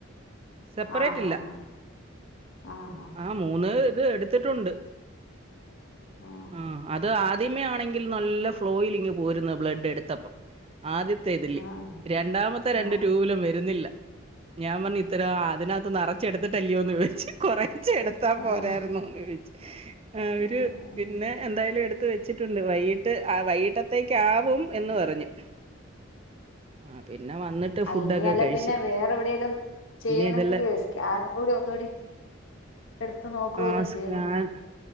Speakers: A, on the right; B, on the left.
A: സെപ്പറേറ്റ്
B: ആഹ്
A: ഇല്ല
B: ആഹ് ആഹ്
A: ആ മൂന്ന് എടുത്തിട്ടുണ്ട്
B: ആഹ്
A: ആ
B: ആഹ്
A: അത് ആദ്യമയാണെങ്കിൽ നല്ല ഫ്ലോയിലിങ്ങ് പോരുന്നു ബ്ലഡ് എടുത്തപ്പം ആദ്യത്തെ ഇതിൽ
B: ആഹ്
A: രണ്ടാമത്തെ
B: ആഹ്
A: രണ്ട് ട്യൂബിലും വരുന്നില്ല ഞാൻ പറഞ്ഞ് ഇത്ര അതിനകത്ത് നറച്ചെടുത്തിട്ടല്ലയോന്ന് ചോദിച്ച് കൊറെ കുറച്ച് എടുത്താ
B: ആഹ് ആഹ്
A: പോരായിരുന്നൊ എന്ന് ചോദിച്ച് അവര്
B: ആഹ്
A: പിന്നെ എന്തായാലും എടു എടുത്ത് വെച്ചിട്ടുണ്ട്, വൈകിട്ട് വൈകിട്ടത്തേക്ക് ആകും എന്ന് പറഞ്ഞു ആ പിന്നെ വന്നിട്ട്
B: ആ
A: ഫുഡൊക്കെ
B: ഇനിയല്ലേ
A: കഴിച്ച്.
B: പിന്നെ വേറെ എവിടെേലും ചെയ്യണമെങ്കില്
A: ഇനി ഇതെല്ലാം
B: സ്കാൻ കൂടി ഒന്നുകൂടി എടുത്ത് നോക്കുക
A: ആ
B: വല്ലോം
A: സ്കാൻ
B: ചെയ്യണം